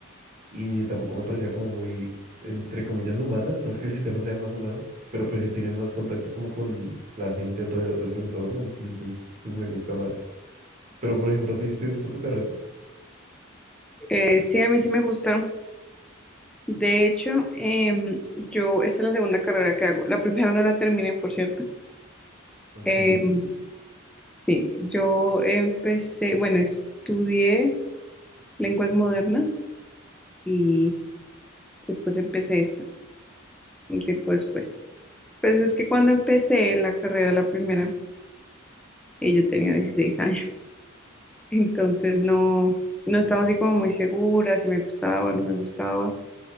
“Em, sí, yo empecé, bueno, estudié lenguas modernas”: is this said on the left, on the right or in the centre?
Centre